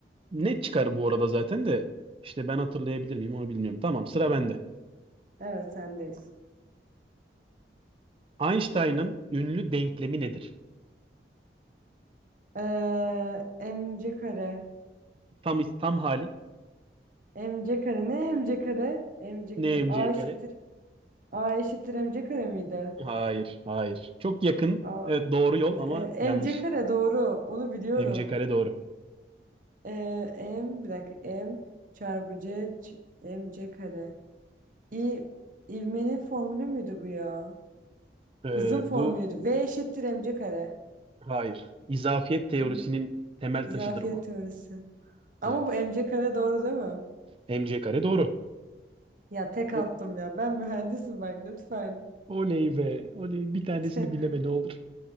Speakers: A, on the right; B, on the right.
A: Net çıkar bu arada zaten de işte ben hatırlayabilir miyim onu bilmiyorum. Tamam sıra bende.
B: Evet sendeyiz.
A: Einstein'ın ünlü denklemi nedir?
B: Ee, MC kare.
A: Tam tam hali
B: MC kare ne MC kare? MC
A: ne
B: kare.
A: mc
B: A eşittir.
A: kare?
B: A eşittir MC kare miydi?
A: Hayır, hayır. Çok yakın.
B: A,
A: Evet doğru yol
B: e,
A: ama yanlış.
B: MC kare doğru. Onu biliyorum.
A: mc kare doğru.
B: Ee, M bir dakika. M çarpı C ç- MC kare. İ, ivmenin formülü müydü bu ya?
A: Ee,
B: Hızın formülüydü.
A: bu
B: V eşittir mc kare.
A: hayır. İzafiyet teorisinin
B: Hı,
A: temel
B: izafiyet
A: taşıdır bu.
B: teorisi. Ama
A: Evet.
B: bu mc kare doğru değil mi?
A: mc kare doğru.
B: Ya tek
A: O-
B: attım ya. Ben mühendisim bak lütfen.
A: Oley be. Oley. Bir tanesini
B: <laughs>
A: bileme ne olur.